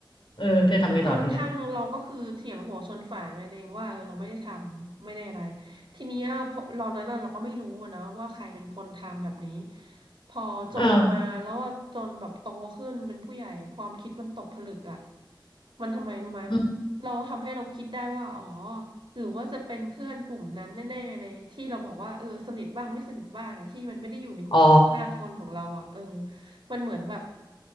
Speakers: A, on the left (about 90°); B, on the right (about 80°).
A: เออเธอทำไงต่อทีเนี้ย
B: จนทั้งเราก็คือเถียงหัวชนฝาไงตัวเองว่าเออเราไม่ได้ทำไม่ได้อะไรทีเนี้ยพอเรานั้นน่ะเราก็ไม่รู้อะนะว่าใครเป็นคนทำแบบนี้พอจบออกมาแล้วก็จนแบบโตขึ้นเป็นผู้ใหญ่ความคิดมันตกผลึกอ่ะ
A: เออ
B: มันทำไมรู้ไหม
A: อืม
B: เราทำให้เราคิดได้ว่าอ๋อหรือว่าจะเป็นเพื่อนกลุ่มนั้นแน่ๆเลยที่เราบอกว่าเออสนิทบ้างไม่สนิทบ้างอะที่มันไม่ได้อยู่ในกลุ่มห้าคนของเราอ่ะเออ
A: อ๋อ
B: มันเหมือนแบบ